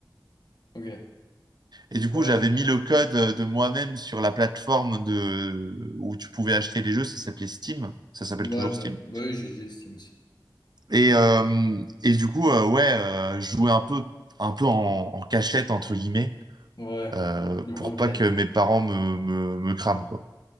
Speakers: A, on the left; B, on the right.
A: ok.
B: Et du coup,
A: Ouais,
B: j'avais mis le code de moi-même sur la plateforme de... où tu pouvais acheter les jeux. Ça s'appelait Steam. Ça s'appelle
A: ouais,
B: toujours
A: bah,
B: Steam.
A: bah oui, j'ai- j'estime aussi.
B: Et, euh, et du coup, euh, ouais, euh, je jouais un peu, un peu en, en cachette, entre guillemets,
A: Ouais,
B: euh,
A: le
B: pour
A: rebelle.
B: pas que mes parents me, me, me crament, quoi.